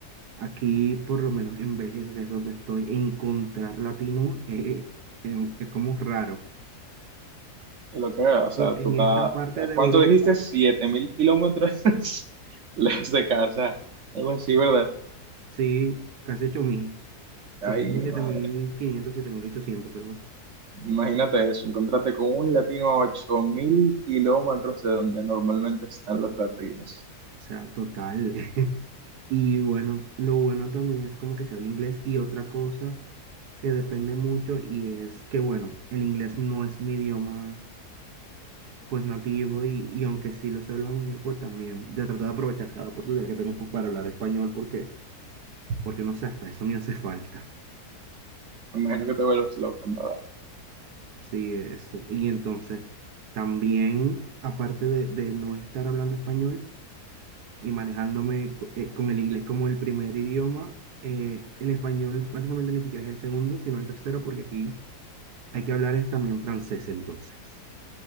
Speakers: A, on the right; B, on the right.
A: aquí, por lo menos en Bélgica, que es donde estoy, encontrar latino eh, eh, es como raro.
B: Es lo que veo, o sea,
A: Lo- En
B: tú estás,
A: esta parte
B: ¿a
A: de
B: cuánto
A: Europa,
B: dijiste? Siete mil kilómetros <laughs> lejos de casa, algo así, ¿verdad?
A: sí, casi ocho mil
B: Ay,
A: son como
B: mi
A: siete
B: madre,
A: mil quinientos, siete mil 7.800, algo así.
B: imagínate eso, encontrarte con un latino a ocho mil kilómetros de donde normalmente están los latinos.
A: O sea, total. <laughs> Y bueno, lo bueno también es como que se habla inglés. Y otra cosa que depende mucho y es que, bueno, el inglés no es mi idioma pues nativo y, y aunque sí lo sé hablar muy bien, pues también ya trato de aprovechar cada oportunidad que tengo pues, para hablar español porque, porque no sé, hasta eso me hace falta.
B: Me imagino que te vuelves loco, en ¿verdad?
A: Sí, eso. Y entonces, también, aparte de, de no estar hablando español, y manejándome co- eh, con el inglés como el primer idioma. eh, el español básicamente ni siquiera es el segundo, sino el tercero, porque aquí hay que hablar es también francés, entonces.